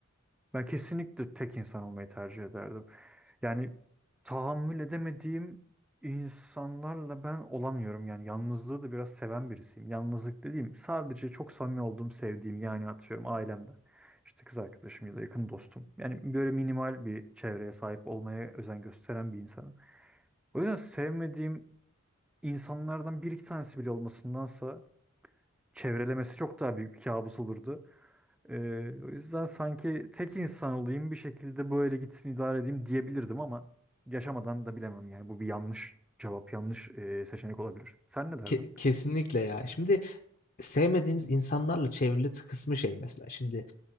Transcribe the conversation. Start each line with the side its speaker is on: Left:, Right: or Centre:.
Centre: Ben kesinlikle tek insan olmayı tercih ederdim. Yani tahammül edemediğim insanlarla ben olamıyorum. Yani yalnızlığı da biraz seven birisiyim. Yalnızlık dediğim sadece çok samimi olduğum, sevdiğim yani atıyorum ailemden. İşte kız arkadaşım ya da yakın dostum. Yani böyle minimal bir çevreye sahip olmaya özen gösteren bir insanım. O yüzden sevmediğim insanlardan bir iki tanesi bile olmasındansa çevrelemesi çok daha büyük bir kabus olurdu. Ee, o yüzden sanki tek insan olayım bir şekilde böyle gitsin idare edeyim diyebilirdim ama yaşamadan da bilemem yani bu bir yanlış cevap yanlış e, seçenek olabilir. Sen ne derdin?
Left: Ke- kesinlikle ya. Şimdi sevmediğiniz insanlarla çevrili kısmı şey mesela. Şimdi